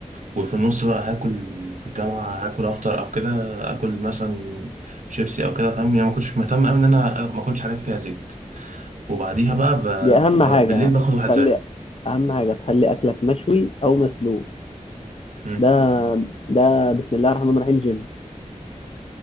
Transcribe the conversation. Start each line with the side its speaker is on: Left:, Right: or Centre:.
Right: وفي النص بقى هاكل في الجامعه هاكل افطر او كده اكل مثلا شيبسي او كده فاهم يعني ما كنتش مهتم قوي ان انا ما اكلش حاجات فيها زيت وبعديها بقى ب...
Left: دي اهم حاجه
Right: ب... بالليل باخد واحد
Left: تخلي
Right: زيه
Left: اهم حاجه تخلي اكلك مشوي او مسلوق
Right: مم.
Left: ده ده بسم الله الرحمن الرحيم جيم